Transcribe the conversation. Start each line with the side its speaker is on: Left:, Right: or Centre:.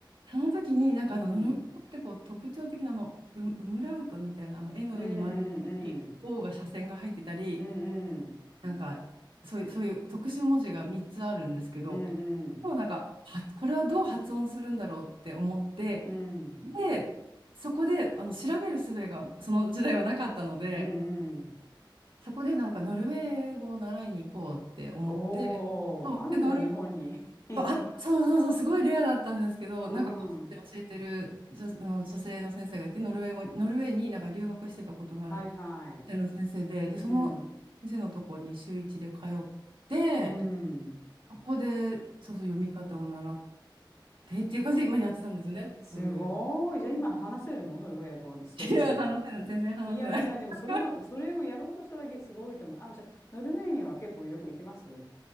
Right: その時に、なんかあの、
Left: うん。
Right: ノルウェー語ってこう特徴的なあの、ウ、ウムラウトみたいな、あの、絵の上に丸があったり、
Left: うんうんうん。
Right: O が斜線が入ってたり、
Left: うんうん。
Right: なんか、そういう、そういう特殊文字が3つあるんですけど、
Left: うんうん。
Right: もうなんか、は、これはどう発音するんだろうって思って、
Left: うん
Right: で、そこで、あの、調べる術がその時代はなかったので、
Left: うん。
Right: そこでなんかノルウェー語を習いに行こうって思って、
Left: おー、
Right: そう、
Left: あるんだ、
Right: で、ノル、
Left: 日本に。<laughs>
Right: あ、そうそうそう、すごいレアだったんですけど、
Left: うんうん。
Right: なんか個人で教えてる女、あの女性の先生がいて、ノルウェー語、ノルウェーになんか留学してたことのある
Left: はいはい。
Right: 女性の先生で、で、その先生のとこに週一で通って、
Left: うん。うん。
Right: ここで、そうそう、読み方を習ってっていう感じで、今やってたんですよね、
Left: すごーい。
Right: ノルウェーで。
Left: じゃあ今話せるのノルウェー語少し。
Right: うんいや、話せない、全然話せない。
Left: いやいや、
Right: <laughs>
Left: でもその、それをやろうとしただけすごいと思う。あ、じゃあ、ノルウェーには結構よく行きます